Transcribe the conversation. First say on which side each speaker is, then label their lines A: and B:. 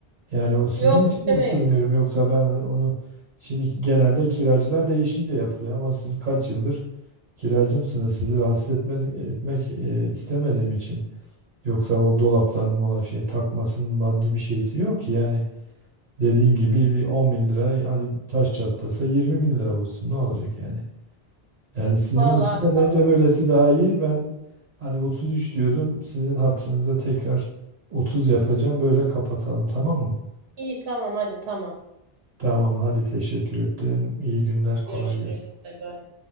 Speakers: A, on the right; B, on the right.
A: Yani o sizin
B: Yok
A: için
B: istemeyiz.
A: yaptırmıyorum. Yoksa ben onu şimdi genelde kiracılar değişince yapılıyor ama siz kaç yıldır kiracımsınız. Sizi rahatsız etmek, etmek e, istemediğim için. Yoksa o dolapların mola şey takmasının maddi bir şeysi yok ki. Yani dediğim gibi bir 10 bin lira hadi taş çatlasa 20 bin lira olsun. Ne olacak yani? Yani sizin
B: Vallahi
A: için
B: abi,
A: de bence
B: tamam.
A: böylesi daha iyi. Ben hani 33 diyordum. Sizin hatırınıza tekrar 30 yapacağım. Böyle kapatalım tamam mı?
B: İyi tamam hadi tamam.
A: Tamam hadi teşekkür ettim. İyi günler kolay
B: Görüşürüz.
A: gelsin.
B: Bay bay.